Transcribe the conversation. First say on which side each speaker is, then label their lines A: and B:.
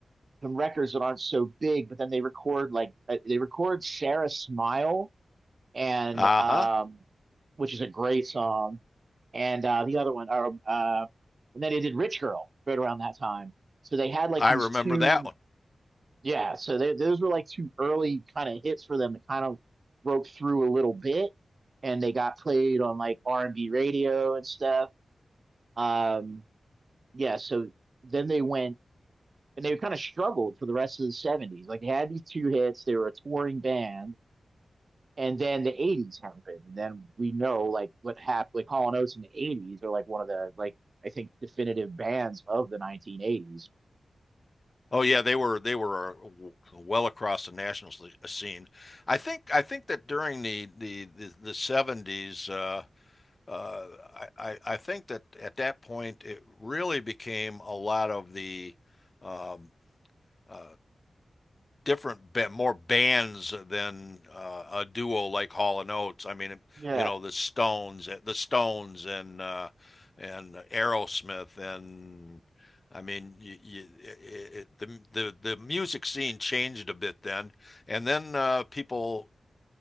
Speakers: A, on the right (about 50°); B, on the left (about 35°).
A: some records that aren't so big, but then they record like uh, they record Sarah Smile and
B: Uh-huh.
A: um, which is a great song, and uh, the other one, or, uh, and then they did Rich Girl right around that time. So they had like
B: I
A: these
B: remember
A: two
B: that one.
A: Yeah, so they, those were like two early kind of hits for them that kind of broke through a little bit, and they got played on like R and B radio and stuff. Um, yeah, so then they went and they kind of struggled for the rest of the '70s. Like they had these two hits, they were a touring band, and then the '80s happened, and then we know like what happened. Like Hall and Oates in the '80s are like one of the like I think definitive bands of the 1980s.
B: Oh yeah, they were they were uh, well across the national scene. I think I think that during the the the, the 70s uh uh, I, I think that at that point it really became a lot of the um, uh, different more bands than uh, a duo like Hall and Oates. I mean,
A: Yeah,
B: you know, the Stones, eh, the Stones, and uh, and Aerosmith, and I mean, you, you, it, it, the the the music scene changed a bit then, and then uh, people